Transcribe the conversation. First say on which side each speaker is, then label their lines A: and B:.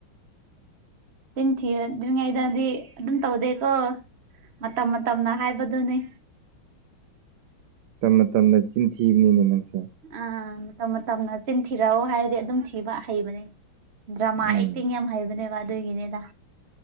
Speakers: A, on the right (about 35°); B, on the right (about 85°).
A: ꯊꯤꯗ꯭ꯔꯤꯉꯩꯗꯗꯤ ꯑꯗꯨꯝ ꯇꯧꯗꯦꯀꯣ ꯃꯇꯝ ꯃꯇꯝꯅ ꯍꯥꯏꯕꯗꯨꯅꯤ
B: ꯇ ꯇꯅ ꯆꯤꯟꯊꯤꯕꯅꯤꯅꯦ ꯅꯪꯁꯦ
A: ꯑꯥ ꯃꯇꯝ ꯃꯇꯝꯅ ꯆꯤꯟ ꯊꯤꯔꯛꯑꯣ ꯍꯥꯏꯔꯗꯤ ꯑꯗꯨꯝ ꯊꯤꯕ ꯍꯩꯕꯅꯦ ꯗ꯭ꯔꯃꯥ
B: ꯎꯝ
A: ꯑꯦꯛꯇꯤꯡ ꯌꯥꯝ ꯍꯩꯕꯅꯦꯕ ꯑꯗꯨꯒꯤꯅꯦꯗ